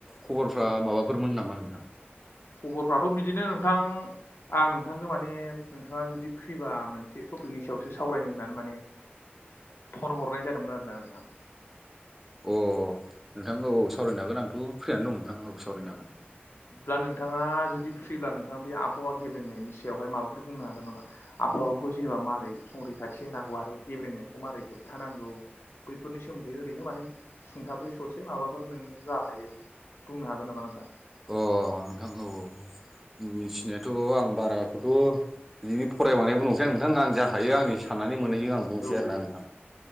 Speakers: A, in the centre; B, on the left (about 75°).
A: खबरफ्रा
B: औ
A: माबाफोरमोन नामा नोंथां।
B: खबरफ्राथ' बिदिनो नोंथां। आं नोंथांजों माने नोंथाङा जुदि फ्रिबा मोनसे टपिकनि सायावसो सावरायनो होननानै माने फन हरनाय जादोंमोन आरोना नोंथां।
A: अ' नोंथां औ औ सावरायनो हागोन आंथ' फ्रियानो दं नोंथां औ सावरायनो हागोन।
B: दा नोंथाङा जुदि फ्रिब्ला नोंथाङा बे आबहावा गेब्रेंनायनि सायावहाय माबाफोर बुंनो हागोन नामा? आबहावाखौ जेनेबा मारै संरैखाथि होनांगौ आरो गेब्रेंनायखौ मारै होबथानांगौ। बैफोरनि सोमोन्दै ओरैनो माने सुंथाबै ससे माबाफोर नों जा हायो। बुंनो हागोन नामा नोंथां?
A: अ' नोंथां औ औ। मिथिनायाथ' आं बाराखौथ' बिदि फरायबांनायबो नंखाया नोंथां आं जा हायो आंनि
B: औ
A: साननानै मोननायजों आं बुंसै
B: औ
A: आरोना नोंथां।